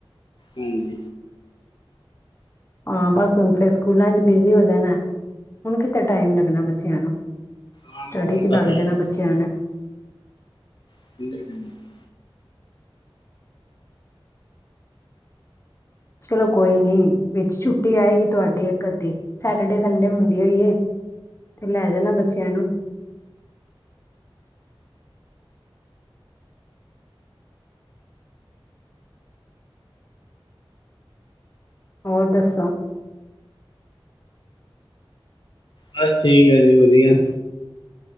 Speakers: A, on the left (about 55°); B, on the left (about 30°).
A: ਹਮ
B: ਹਾਂ, ਬੱਸ ਹੁਣ ਫਿਰ ਸਕੂਲਾਂ ਚ ਬਿਜੀ ਹੋ ਜਾਣਾ। ਹੁਣ ਕਿੱਥੇ ਟਾਈਮ ਲੱਗਣਾ ਬੱਚਿਆਂ ਨੂੰ
A: ਹਾਂ
B: ਸਟੱਡੀ
A: ਹੁਣ
B: ਚ ਲੱਗ
A: ਤਾਂ ਟਾਈਮ
B: ਜਾਣਾ ਬੱਚਿਆਂ ਨੇ
A: <inaudible>
B: ਚਲੋ ਕੋਈ ਨੀ ਵਿੱਚ ਛੁੱਟੀ ਆਏਗੀ ਤੁਹਾਡੀ ਇੱਕ- ਅੱਧੀ ਸੈਟਰਡੇ- ਸੰਡੇ ਹੁੰਦੀ ਹੋਈਏ ਤੇ ਲੈ ਜਾਣਾ ਬੱਚਿਆਂ ਨੂੰ ਹੋਰ ਦੱਸੋ।
A: ਬਸ ਠੀਕ ਐ ਜੀ, ਵਧੀਆ।